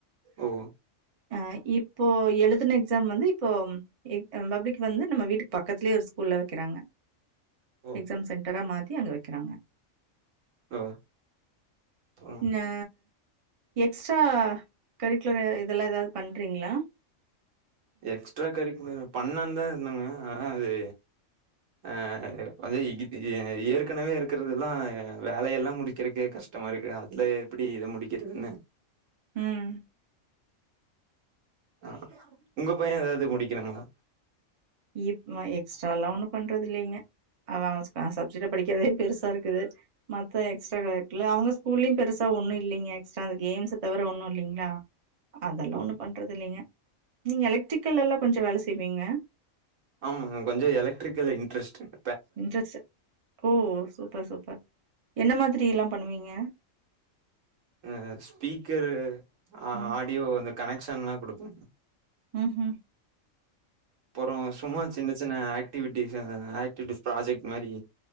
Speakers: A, on the right; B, on the right.
A: ஓ!
B: அ இப்போ எழுதுன எக்ஸாம் வந்து இப்போ இப் அ பப்ளிக் வந்து நம்ம வீட்டுக் பக்கத்லே ஒரு ஸ்கூல்ல வக்கிறாங்க
A: ஓ!
B: எக்ஸாம் சென்டரா மாத்தி அங்க வக்கிறாங்க
A: ஓ! ம்.
B: நா எக்ஸ்ட்ரா கரிக்குலர் இதெல்லா ஏதாவத் பண்றீங்ளா
A: எக்ஸ்ட்ரா கரிக்குலர் பண்லா தா இருந்தாங்க ஆனா அது ஆ கொஞ்ச இது ஏற்கனவே இருக்கறதுல்லா வேலையெல்லா முடிக்கறக்கே கஷ் டமா இருக்கு அதுல எப்டி இத முடிக்கிறதுன்னு
B: ம்
A: ஆ உங்க பைய ஏதாவது முடிக்கணுங்ளா
B: இப் எக்ஸ்ட்ரால ஒன்னு பண்றது இல்லைங்க அவன் அவ சப்ஜெக்ட்ட படிக்கறதே பெருசா இருக்குது மத்த எக்ஸ்ட்ரா கரிகுல அவுங்க ஸ்கூல்லியு பெருசா ஒன்னு இல்லைங்க எக்ஸ்ட்ரா அந்த கேம்ஸ்ச தவிர ஒண்ணு இல்லைங்ளா அதெல்லா
A: ஓ!
B: ஒண்ணு பண்றது இல்லைங்க நீங்க எலக்ட்ரிக்கல்லல்லா கொஞ்ச வேல செய்வீங்க
A: ஆமாங்க கொஞ்ச எலக்ட்ரிக்கல்ல இன்ட்ரெஸ்ட்டுங்க
B: இன்ட்ரெஸ்ட் ஓ சூப்பர் சூப்பர் என்ன மாதிரி எல்லா பண்ணுவீங்க
A: அ ஸ்பீக்கரு ஆடியோ
B: ம்.
A: அந்த கனெக்ஷன்லா குடுப்பங்க
B: ம் ஹூ
A: அப்புறோ சும்மா சின்ன சின்ன ஆக்டிவிட்டிஸ் ஆக்டிவிட்டிஸ் ப்ராஜெக்ட் மாரி